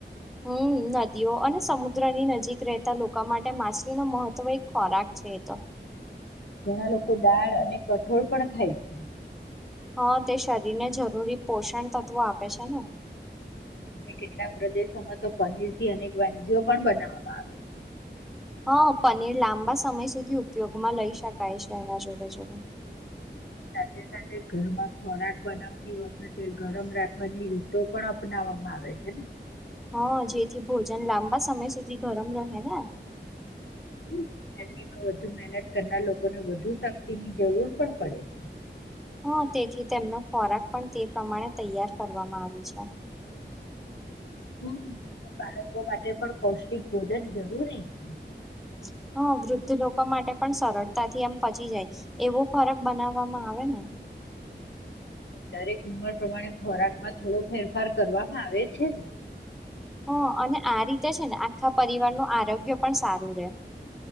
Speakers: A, in the centre; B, on the left.
A: હમ્મ મ નદીઓ, અને સમુદ્રની નજીક રહેતા લોકો માટે માછલી નો મહત્વ એક ખોરાક છે એ તો
B: ઘણા લોકો દાળ અને કઠોળ પણ ખાય છે
A: હા, તે શરીરને જરૂરી પોષણ તત્વો આપે છે ને.
B: અને કેટલાક પ્રદેશોમાં તો પનીર થી અનેક વાનગીઓ પણ બનાવામાં આવે.
A: હા પનીર લાંબા સમય સુધી ઉપયોગમાં લઈ શકાય છે, એના જોડે જોડે <inaudible>
B: સાથે સાથે ઘરમાં ખોરાક બનાવતી વખતે, ગરમ રાખવાની રીતો પણ અપનાવવામાં આવે છે. ને
A: હા, જેથી ભોજન લાંબા સમય સુધી ગરમ રહે ને આમ <inaudible>
B: હમ, ઠંડીમાં વધુ મહેનત કરનાર લોકોને વધુ શક્તિની જરૂર પણ પડે છે.
A: હા, તેથી તેમનો ખોરાક પણ તે પ્રમાણે તૈયાર કરવામાં આવે છે.
B: હમ્મ અને બાળકો માટે પણ પૌષ્ટિક ભોજન જરૂરી છે.
A: <inaudible> હા, વૃદ્ધ લોકો માટે પણ સરળતાથી આમ પચી જાય. એવો ખોરાક બનાવવામાં આવે ને
B: દરેક ઉંમર પ્રમાણે ખોરાકમાં થોડો ફેરફાર કરવામાં આવે છે.
A: હ અને આ રીતે છે ને આખા પરિવારનું આરોગ્ય પણ સારું રે